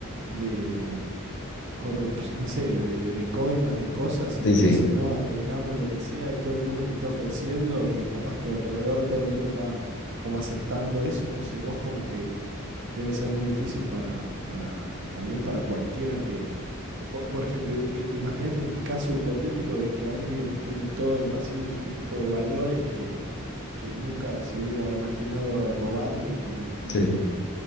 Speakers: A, on the right; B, on the left.
A: de corrup- no sé, de, de coimas, de cosas, y
B: Sí,
A: te
B: sí,
A: dicen, no, arreglamos lo que sea, y todo el mundo te está ofreciendo, y capaz tu alrededor todo el mundo está como aceptando eso, entonces vos como que debe ser muy difícil para, para, también para cualquiera que, por, por ejemplo, eh, imagínate el caso hipotético de que alguien tiene todo, lo- así es un tipo de valores que, que nunca se hubiera imaginado robar ni, ni, ni-
B: sí.